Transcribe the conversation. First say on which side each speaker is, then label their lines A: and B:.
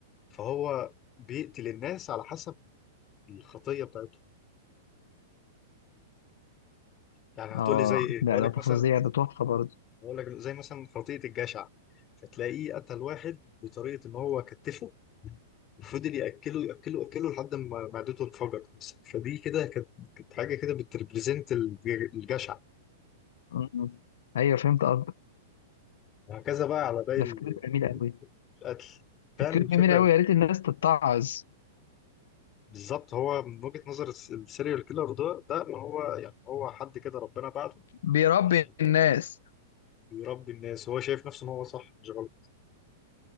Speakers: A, on the left (about 30°); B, on the left (about 70°).
A: فهو بيقتل الناس على حسب الخطية بتاعتهم يعني هتقولي
B: اه
A: زي إيه؟
B: لا
A: هقول
B: ده
A: لك
B: فظيع
A: مثلا
B: ده تحفه برضه
A: هقول لك زي مثلا خطية الجشع فتلاقيه قتل واحد بطريقة إن هو كتفه وفضل ياكله ياكله ياكله لحد ما معدته انفجرت مثلا فدي كده كانت كانت حاجه كده بتريبريزنت الجشع
B: امم ايوه فهمت قصدك
A: وهكذا بقى على باقي
B: ده
A: ال-
B: فكرته جميله قوي
A: القتل فعلا
B: فكرة
A: الفكره
B: جميلة أوي يا ريت الناس تتعظ
A: بالظبط هو من وجهه نظر الس- السيريال كيلر ده ده ان هو يعني هو حد كده ربنا بعته
B: بيربي
A: عشان
B: الناس
A: بيربي الناس هو شايف نفسه ان هو صح مش غلط